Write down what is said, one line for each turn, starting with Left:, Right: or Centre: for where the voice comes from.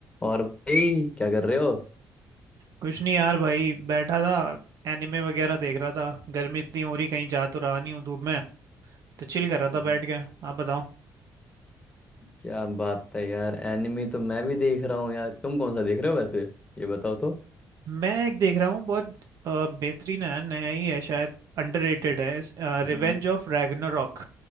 Left: और भाई क्या कर रहे हो
Right: कुछ नहीं यार भाई बैठा था एनिमे वगैरह देख रहा था गर्मी इतनी हो रही कहीं जा तो रहा नहीं हूँ धूप में तो चिल कर रहा
Left: हम्म।
Right: था बैठ के आप बताओ
Left: क्या बात है यार एनिमी तो मैं भी देख रहा हूँ यार तुम कौन सा देख रहे हो वैसे ये बताओ तो
Right: मैं एक देख रहा हूँ बहुत अ, बेहतरीन है नया ही है शायद अंडररेटेड है इस, रिवेंज
Left: हम्म।
Right: ऑफ रैग्नारॉक